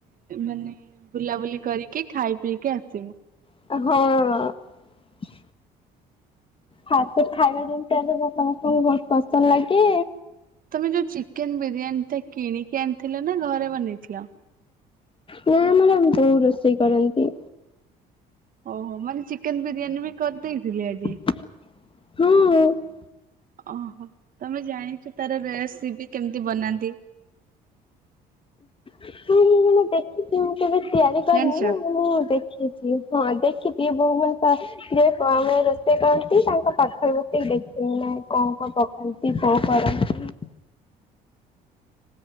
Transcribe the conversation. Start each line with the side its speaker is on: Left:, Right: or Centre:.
Right: ମାନେ ବୁଲାବୁଲି କରି କି ଖାଇ ପିଇକି ଆସିବୁ।
Left: ହଁ। ହ ଖାଇବା ଯେମିତି ଏବେ ବ ସମସ୍ତଙ୍କୁ ବହୁତ ପସନ୍ଦ ଲାଗେ।
Right: ତମେ ଯୋଉ ଚିକେନ ବିରିୟାନୀ ଟା କିଣିକି ଆଣିଥିଲ ନା ଘରେ ବନେଇଥିଲ?
Left: ନା ଆମର ବୋଉ ରୋଷେଇ କରନ୍ତି।
Right: ଓହୋ, ମାନେ ଚିକେନ ବିରିୟାନୀ ବି କରିଦେଇଥିଲି ଆଜି।
Left: ହଁ।
Right: ଅ ହ ତମେ ଜାଣିଛ ତାର ରେସିପି କେମିତି ବନାନ୍ତି?
Left: ହଁ ମୁୁ ମାନେ ଦେଖିଛି ମୁ କେବେ ତିଆରି କରିନି
Right: ଜାଣିଛ?
Left: ମୁଁ ଦେଖ ଦେଖିଛି ହଁ ଦେଖିଛି ବୋଉ <unintelligible> ଯେ ଆମେ ରୋଷେଇ କରନ୍ତି ତାଙ୍କ ପାଖରେ ବସିକି ଟ ଦେଖେଇ ନାଇଁ କଁ କଁ ପକାନ୍ତି। ସେ କଣ କରନ୍ତି?